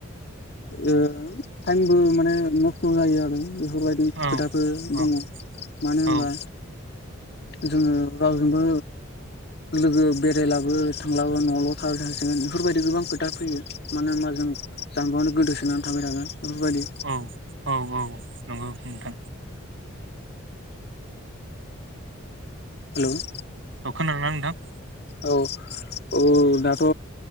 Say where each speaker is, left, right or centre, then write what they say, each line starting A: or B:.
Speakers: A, on the left; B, on the right.
A: ओ टाइमबो माने नस्थ' जायो आरो बेफोरबायदि
B: औ
A: खोथाफोर
B: औ
A: दङ मानो
B: औ
A: होनबा जोङो रावजोंबो लोगो बेरायलाबो थांलाबो न'ल' थाबाय थासिगोन बेफोरबायदि गोबां खोथा फैयो मानो होनबा जों जानबुङावनो गोदोसोनानै थाबाय थागोन। बेफोरबायदि
B: औ औ औ नंगौ नोंथां।
A: हेल'।
B: अ खोनादोंना नोंथां?
A: औ औ दाथ'